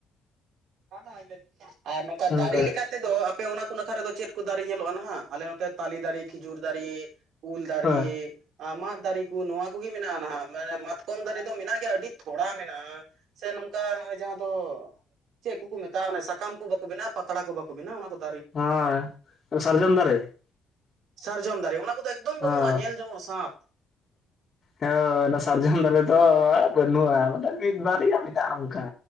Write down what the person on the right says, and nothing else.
ᱟᱨ ᱱᱚᱝᱠᱟ
ᱫᱟᱨᱮ ᱞᱮᱠᱟ ᱛᱮᱫᱚ ᱟᱯᱮ ᱚᱱᱟ ᱠᱚ ᱟᱠᱠᱷᱟ ᱨᱮᱫᱚ ᱪᱮᱫ ᱠᱚ ᱫᱟᱨᱮ ᱧᱮᱞᱚᱜᱼᱟ ᱱᱟᱦᱟᱜ ᱟᱞᱮ ᱱᱚᱛᱮ ᱛᱟᱞᱮ ᱫᱟᱨᱮ ᱠᱷᱤᱡᱩᱨ ᱫᱟᱨᱮ ᱩᱞ ᱫᱟᱨᱮ
ᱢᱟᱫ ᱫᱟᱨᱮ ᱠᱚ ᱱᱚᱣᱟ ᱠᱚᱜᱮ ᱢᱮᱱᱟᱜᱼᱟ ᱱᱟᱦᱟᱜᱟᱱᱮ ᱢᱟᱛᱠᱚᱢ ᱫᱟᱨᱮ ᱫᱚ ᱢᱮᱱᱟᱜ ᱜᱮᱭᱟ ᱟᱹᱰᱤ ᱛᱷᱚᱲᱟ ᱢᱮᱱᱟᱜᱼᱟ ᱥᱮ ᱱᱚᱝᱠᱟ <unintelligible> ᱡᱟᱦᱟᱸ ᱫᱚ ᱪᱮᱫ ᱠᱚᱠᱚ ᱢᱮᱛᱟᱜᱼᱟ ᱥᱟᱠᱟᱢ ᱠᱚ ᱵᱟᱠᱚ ᱵᱮᱱᱟᱜᱼᱟ ᱯᱟᱛᱲᱟ ᱠᱚ ᱵᱟᱠᱚ ᱵᱮᱱᱟ ᱚᱱᱟ ᱠᱚᱫᱚ
ᱥᱟᱨᱡᱚᱢ ᱫᱟᱨᱮ ᱚᱱᱟ ᱠᱚᱫᱚ ᱮᱠᱫᱚᱢ ᱵᱟᱹᱱᱩᱜᱼᱟ
ᱧᱮᱞ ᱧᱚᱝᱚᱜᱼᱟ ᱥᱟᱯ